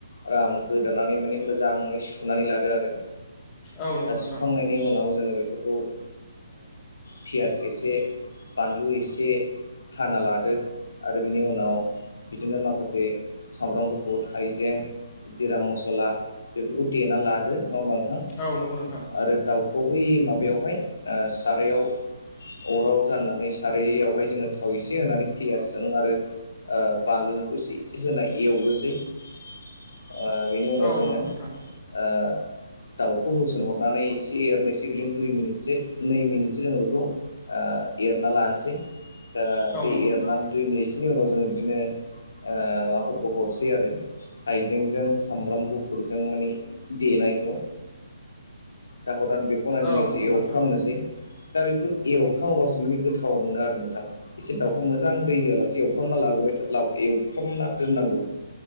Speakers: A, on the left; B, on the left.
A: आराम गोदानानै माने मोजाङै सुनानै लादो आरो
B: औ नंगौ
A: दा
B: नोंथां
A: सुखांनायनि उनाव जोङो बे फोरखौ ओ फियास एसे बानलु एसे हाना लादो आरो बिनि उनाव बिदिनो माखासे सामब्राम गुफुर हाइजें जिरा मस'ला बेफोरखौ देना ना लादो नङा होनबा नोंथां
B: औ नंगौ नोंथां
A: आरो दाउ गुबै माबायावहाय ओ सारायाव अराव जाननानै सारैयावहाय जोङो थाव एसे होनानै पियासजों आरो ओ बानलुजोंखौ इसे होना एवग्रोसै ओ बिनि उनाव
B: औ
A: जोङो
B: नंगौ
A: ओ
B: नोंथां
A: दाउखौ होसनहरनानै इसे एरनोसै बिदिनो दुइ मिनिटसो नै मिनिटसो जोङो बिखो ओ एरना लानोसै दा बे
B: औ नंगौ नोंथां
A: एरनानै दुइ मिनिटसोनि उनाव जोङो बिदिनो ओ माबाफोरखौ हरसै आरो हाइजेंजों सामब्राम गुफुरजों माने देनायखौ दा हरनानै बेखौ नाय जों
B: औ
A: एसे
B: नंगौ
A: एवफ्रामनोसै
B: नोंथां
A: दा बेखौ एवफ्रामोबासो माने गोथाव मोनो आरो नोंथां एसे दाउखौ मोजां दै होआलासे एवफ्रामना लाग्रोबाय था लाव एवफ्रामना दोननांगौ